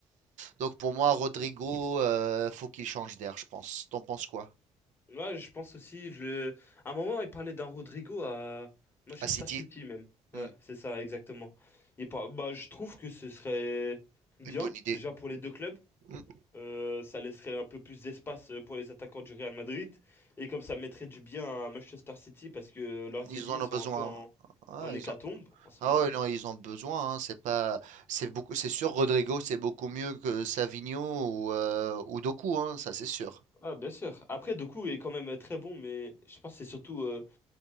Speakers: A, on the right; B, on the left.
A: donc pour moi, Rodrigo, euh, faut qu'il change d'air, je pense. T'en penses quoi?
B: Ouais, je pense aussi, je... à un moment, il parlait d'un Rodrigo à Manchester
A: À City?
B: City même. Ouais,
A: Mm,
B: c'est ça, exactement. Et par- bah, je trouve que ce serait bien,
A: Une bonne idée.
B: déjà pour les deux clubs.
A: Mm,
B: Euh, ça laisserait un peu plus d'espace euh, pour les attaquants du Real Madrid. Et comme ça mettrait du bien à Manchester City parce que leurs
A: Ils
B: ailiers
A: en ont
B: sont
A: besoin.
B: un peu en,
A: hein.
B: en
A: Ouais,
B: hécatombe
A: ils ont...
B: en ce
A: Ah
B: moment.
A: ouais, non, ils ont besoin. hein, C'est pas, c'est beaucoup, c'est sûr. Rodrigo, c'est beaucoup mieux que Savigno ou, euh, ou Doku, hein, ça c'est sûr.
B: Ah, bien sûr. Après, Doku est quand même très bon, mais je pense que c'est surtout, euh,